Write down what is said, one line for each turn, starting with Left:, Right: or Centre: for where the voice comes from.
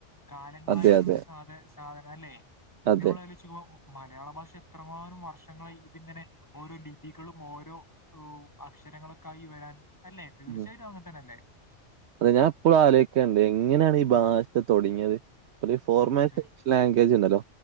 Left: കാലങ്ങളായിട്ടുള്ള
Right: അതെ അതെ
Left: ഒരു സാധ സാധന അല്ലെ. ഇനി
Right: അതെ
Left: നമ്മള് ആലോയ്ച്ചോക്കുമ്പോ മലയാള ഭാഷ എത്ര ങ്ങാനും വർഷങ്ങളായി ഇതിങ്ങനെ ഓരോ ലിപികളും ഓരോ ഓഹ് അക്ഷരങ്ങളൊക്കെ ആയി വരാൻ അല്ലെ തീർച്ചയായിട്ടും
Right: ഉം
Left: അങ്ങൻ തന്നെ അല്ലേ
Right: അതെ ഞാൻ എപ്പളും ആലോയ്ക്കേണ്ട് എങ്ങനേണ് ഈ ഭാഷ
Left: ആ
Right: തൊട്ങ്ങിയത്? ഒരു ഫോർമാറ്റ്
Left: അതെ അതെ
Right: ലാംഗ്വേജ് ഇണ്ടല്ലോ